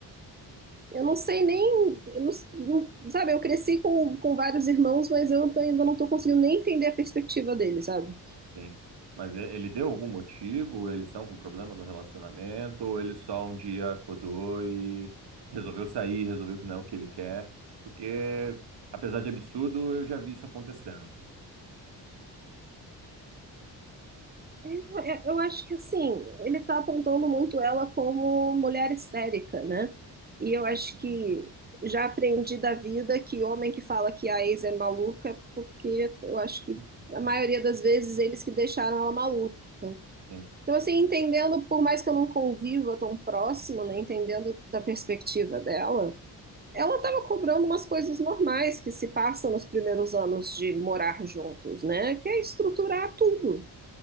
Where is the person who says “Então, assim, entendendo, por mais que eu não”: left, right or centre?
Right